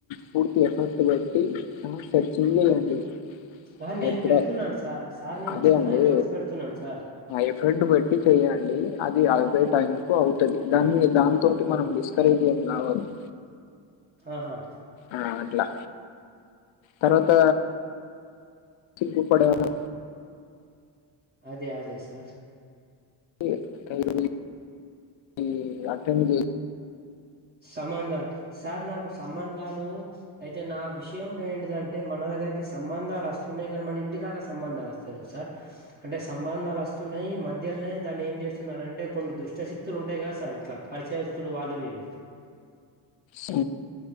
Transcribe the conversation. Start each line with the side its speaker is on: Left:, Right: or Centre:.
Left: పూర్తి ఎఫెర్ట్ పెట్టి ఆ సెప్ సింగల్ అండి
Right: ఆ నేను
Left: ఎప్పుడో
Right: పెడుతున్నాను సార్ సార్ నేను
Left: అదే
Right: చాలా
Left: అండి
Right: ఎఫర్ట్స్ పెడుతున్నాను సార్
Left: ఎఫర్ట్ పెట్టి చెయండి అది అ ఇదే టైం కు అవుతది దాన్ని దాంతోటి మనం డిస్కరేజ్ ఏం కావద్దు
Right: ఆహా
Left: ఆ అట్లా తర్వాత సిగ్గుపడేలా
Right: అదే అదే సార్
Left: <unintelligible> అటెండ్ చెయ్
Right: సమాన్ దల్ సార్ నాకు సంబంధాలు అయితే నా విషయంలో ఏంటిదంటే మన దగ్గరికి సంబంధాలు వస్తున్నాయి కానీ మన ఇన్ ఇంటి దాకా సంబంధాలు వస్తా లేవ్ సార్ అంటే సంబంధాలు వస్తున్నాయి మధ్యలోనే దాన్ని ఏం చేస్తున్నారు అంటే కొన్ని దుష్ట శక్తులు ఉంటయి కదా సార్ ఇట్లా పరిచయస్తులు వాళ్ళు వీళ్ళు
Left: స